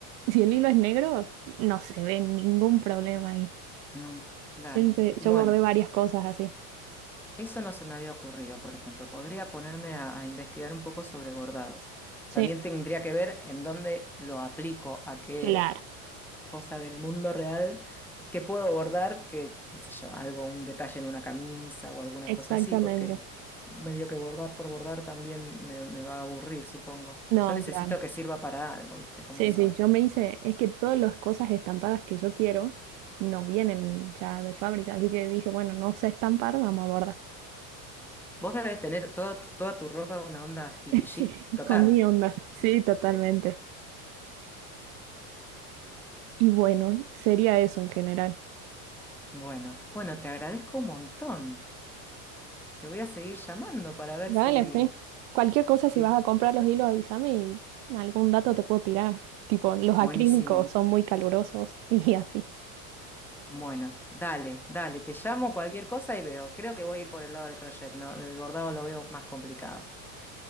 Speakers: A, on the right (about 65°); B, in the centre.
A: si el hilo es negro, no se ve ningún problema ahí.
B: Ah, claro.
A: Yo, hice-
B: Bueno,
A: yo bordé varias cosas así.
B: eso no se me había ocurrido, por ejemplo. Podría ponerme a, a investigar un poco sobre bordados.
A: Sí,
B: También tendría que ver en dónde lo aplico, a qué
A: claro,
B: cosa del mundo real que puedo bordar, que, qué sé yo, algo, un detalle en una camisa o alguna
A: exactamente.
B: cosa así, porque medio que bordar por bordar también me, me va a aburrir, supongo.
A: No,
B: Yo necesito
A: claro.
B: que sirva para algo, ¿viste cómo
A: Sí,
B: soy?
A: sí, yo me hice, es que todas las cosas estampadas que yo quiero no vienen ya de fábrica, así que dije, bueno, no sé estampar, vamos a bordar.
B: Vos debes tener todo- toda tu ropa una onda hippie
A: <laughs>
B: chic
A: Sí.
B: total.
A: Con mi onda. Sí, totalmente. Y bueno, sería eso en general.
B: Bueno, bueno, te agradezco un montón. Te voy a seguir llamando para ver
A: Dale,
B: si,
A: sí. Cualquier cosa,
B: si...
A: si vas a comprar los hilos, avísame y algún dato te puedo tirar. Tipo, los
B: Buenísimo.
A: acrílicos son muy calurosos <laughs> y así.
B: Bueno, dale, dale, te llamo cualquier cosa y veo. Creo que voy a ir por el lado del crochet, ¿no? El bordado lo veo más complicado.